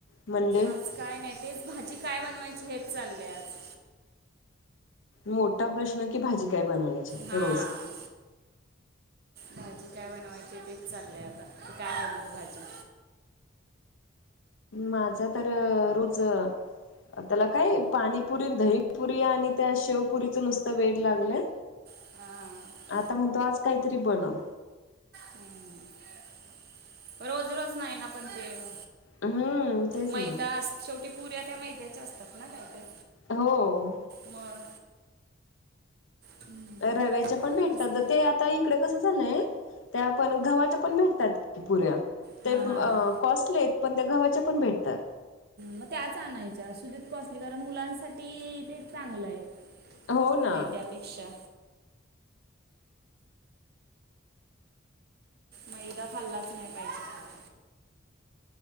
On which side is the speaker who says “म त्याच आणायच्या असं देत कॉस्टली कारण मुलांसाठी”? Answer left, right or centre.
Right